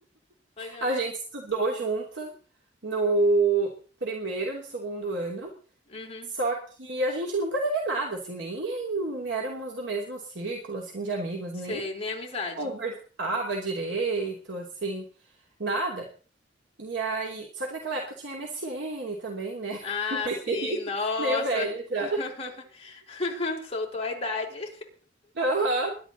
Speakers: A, on the left (about 35°); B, on the right (about 80°).
A: Legal.
B: A gente estudou junto no primeiro e no segundo ano.
A: Uhum.
B: Só que a gente nunca teve nada, assim, nem éramos do mesmo círculo, assim, de amigos,
A: Sei,
B: nem
A: nem amizade.
B: conversava direito, assim, nada. E aí, só que naquela época tinha MSN também, né?
A: Ah,
B: <laughs> Meio,
A: sim, nossa.
B: meio velha já.
A: <laughs> Soltou a idade.
B: Aham.